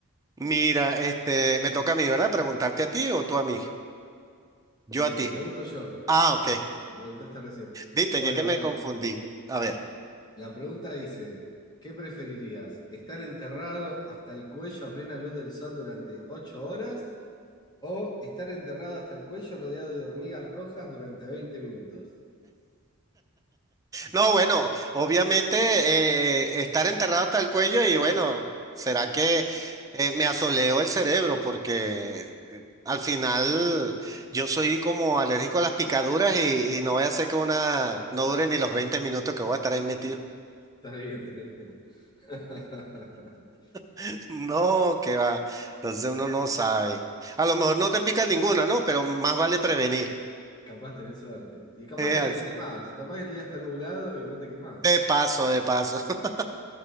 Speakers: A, on the right; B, on the left.
A: Mira, este, me toca a mí, ¿verdad? Preguntarte a ti o tú a mí. Yo
B: Eh,
A: a ti.
B: te pregunto yo,
A: Ah, ok.
B: me preguntaste recién.
A: Viste
B: Bueno,
A: que, que
B: a
A: me
B: ver,
A: confundí. A ver.
B: la pregunta dice, ¿qué preferirías? ¿Estar enterrado hasta el cuello a plena luz del sol durante ocho horas? O estar enterrado hasta el cuello rodeado de hormigas rojas durante veinte minutos.
A: No, bueno, obviamente eh, estar enterrado hasta el cuello y bueno, será que eh, me asoleó el cerebro porque eh, al final yo soy como alérgico a las picaduras y, y no voy a hacer que una no dure ni los 20 minutos que voy a estar ahí metido.
B: Está bien, está bien. <laughs>
A: <laughs> No, que va. Entonces uno no sabe. A lo mejor no te pica ninguna, ¿no? Pero más vale prevenir.
B: Capaz tenés suerte. Y capaz
A: Es
B: que
A: así.
B: no te quemás. Capaz el día está nublado y no te quemás.
A: De paso, de paso. <laughs>